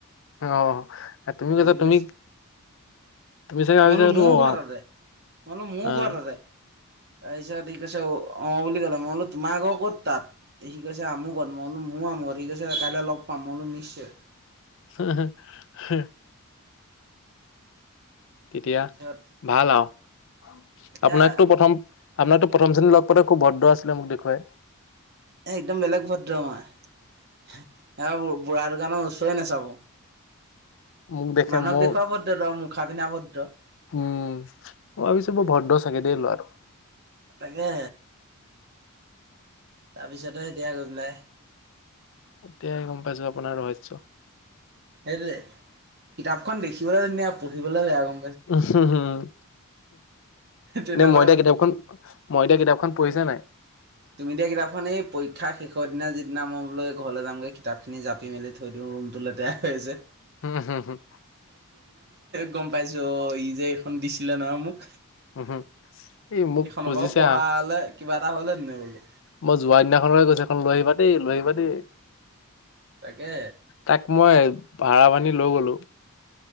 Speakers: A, on the left; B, on the right.
A: অ, তুমি
B: সেই
A: কছা
B: বুলি
A: তুমি
B: কৈছে
A: তুমি চাগে ভাবিছা
B: মই বোলো
A: এইটো
B: মোৰো
A: অ',
B: ঘৰ তাতে- মোৰো
A: আহ,
B: ঘৰ তাতে। তাৰপিছত সি কৈছে অ - অ বুলি ক'লে মই বোলো তোমাকৰ ক'ত তাত সি কৈছে আমুকত মই বোলো ম <unintelligible> সি কৈছে কাইলৈ লগ পাম বোলো নিশ্চয়।
A: হ - হ - হ। তেতিয়া
B: তাৰপিছত
A: ভাল আৰু
B: এতিয়া
A: আপোনাকতটো প্ৰথম আপোনাৰতো প্ৰথম শ্ৰেণী লগ পাওতে খুব ভদ্ৰ আছিলে মোক দেখুৱাই।
B: এ - একদম বেলেগ ভদ্ৰ আমাৰ বুঢ়া দোকানৰ ওচৰে নাচাব।
A: মোক দেখে
B: মানুহ
A: মই
B: দেখুৱা ভদ্ৰ তই মুখা পিন্ধা ভদ্ৰ।
A: উম, মই ভাবিছো বৰ ভদ্ৰ চাগে দেই লৰা আৰু
B: তাকে তাৰপিছত এতিয়া গম পাই।
A: এতিয়াই গম পাইছো আপোনাৰ ৰহস্য।
B: সেইটোৱে কিতাপখন দেখিবলৈ ধুনীয়া পঢ়িবলৈ বেয়া কম।
A: উম, হম
B: তেনেকুৱা
A: এনে মই দিয়া
B: কথা
A: কিতাপখন মই দিয়া কিতাপখন পঢ়িছা নে নাই।
B: তুমি দিয়া কিতাপখন এই পৰীক্ষা শেষৰ দিনা যিদিনা মই ঘৰলৈ যামগৈ কিতাপ খিনি জাপি মেলি থৈ দিও। ৰুমটো লেতেৰাই হৈছে।
A: হম - হম।
B: গম পাইছো অ, ই যে এইখন দিছিলে নহ মোক।
A: উহু, এই মোক
B: এইখনৰ
A: খুজিছে
B: পৰাও পঢ়া হলে কিবা এটা হ'লহেতেনে বোলো
A: মই যোৱা দিনাখনক গৈছো এখন লৈ আহিবা। দেই লৈ আহিবা দেই
B: তাকে
A: তাক মই ভাড়া বানী। লৈ গলো।